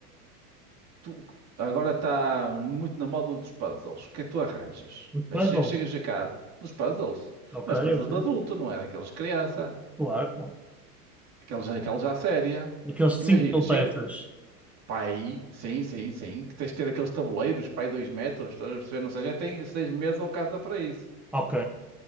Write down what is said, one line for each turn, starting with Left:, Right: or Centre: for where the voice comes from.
Right: Tu- agora está muito na moda dos puzzles. O que é que tu arranjas? Mas
Centre: Puzzle.
Right: che- chegas a casa dos puzzles.
Centre: Ok,
Right: Mas puzzles
Centre: ok.
Right: de adulto, não é daqueles de criança.
Centre: Claro. claro.
Right: Aqueles, aqueles à séria.
Centre: Daqueles
Right: Imagina,
Centre: cinco mil
Right: chega.
Centre: peças.
Right: Pai, sim, sim, sim. Que tens de ter aqueles tabuleiros, pai, dois metros. Estás a perceber? Não sei, já tem seis meses ou casa para isso.
Centre: Ok.